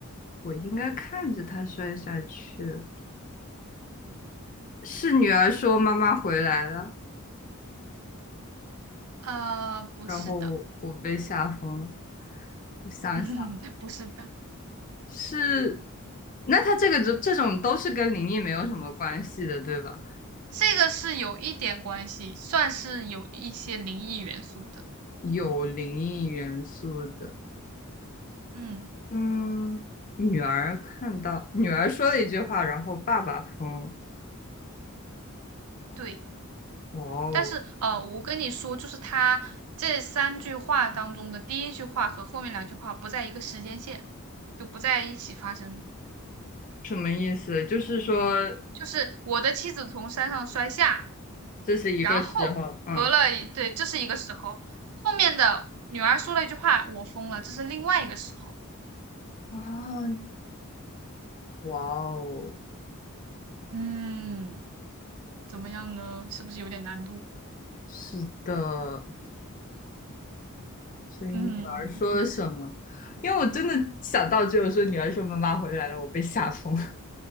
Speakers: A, on the left; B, on the right.
A: 我应该看着她摔下去。是女儿说妈妈回来了，
B: 呃，不是的，
A: 然后我被吓疯了。我想想，
B: <laughs> 不是的。
A: 是，那他这个这这种都是跟灵异没有什么关系的，对吧？
B: 这个是有一点关系，算是有一些灵异元素的。
A: 有灵异元素的，
B: 嗯，
A: 嗯，女儿看到女儿说了一句话，然后爸爸疯，
B: 对。
A: 哇哦，
B: 但是呃，我跟你说，就是他这三句话当中的第一句话和后面两句话不在一个时间线，就不在一起发生的
A: 什么意思？就是说
B: 就是我的妻子从山上摔下，
A: 这是一个时候，
B: 然后隔了一，
A: 嗯，
B: 对，这是一个时候。后面的女儿说了一句话，我疯了，这是另外一个时候。
A: 啊，哇哦，
B: 嗯，怎么样呢？是不是有点难度？
A: 是的，所以女儿说了什么？
B: 嗯。
A: 因为我真的想到只有说女儿说妈妈回来了，我被吓疯了